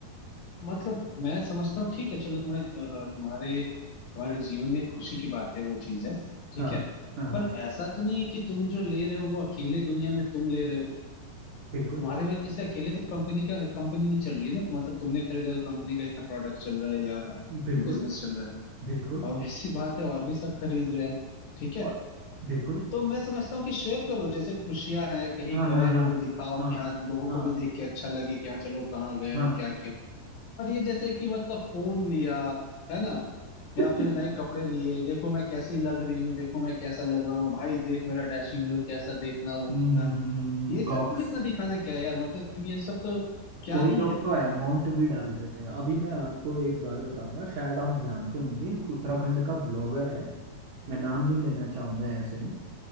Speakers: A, on the left (about 65°); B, on the right (about 70°).
A: मतलब मैं समझता हूँ ठीक है चलो तुम्हारे तुम्हारे तुम्हारे जीवन में खुशी की बात है वो चीज है ठीक
B: हाँ
A: है
B: हाँ हाँ
A: पर ऐसा तो नहीं है कि तुम जो ले रहे हो वो अकेले दुनिया में तुम ले रहे हो
B: बिल्कुल
A: तुम्हारी वजह से अकेले तो कंपनी का कंपनी नहीं चल रही है ना तो मतलब तुमने खरीदा तो कंपनी का इतना प्रोडक्ट चल रहा है या
B: बिल्कुल
A: बिजनेस चल रहा
B: बिल्कुल
A: है ऑब्वियस सी बात है और भी सब खरीद रहे हैं ठीक है
B: और बिल्कुल
A: तो मैं समझता हूँ कि शेयर करो जैसे खुशियां हैं कहीं
B: हाँ
A: गए
B: हाँ हाँ
A: हो दिखाओ
B: हाँ
A: कि हाँ लोगों
B: हाँ
A: को भी देख के अच्छा लगे कि हाँ चलो कहाँ गए
B: हाँ
A: हो क्या किया और ये जैसे कि मतलब फोन लिया है ना या
B: हम्म
A: फिर नए कपड़े लिए देखो मैं कैसी लग रही हूँ देखो मैं कैसा लग रहा हूँ भाई देख मेरा डैशिंग लुक कैसा देखना वो
B: हम्म,
A: उतना
B: हम्म, हम्म, हम्म, हम्म,
A: ये सब
B: गॉक्स
A: इतना दिखाना क्या है यार मतलब ये सब तो क्या
B: कोई
A: ही
B: लोग
A: है
B: तो अमाउंट भी डाल देते हैं अभी मैं आपको एक बात बताऊंगा शायद आप जानते होंगे एक उत्तराखंड का ब्लॉगर है मैं नाम नहीं लेना चाहूंगा ऐसे ही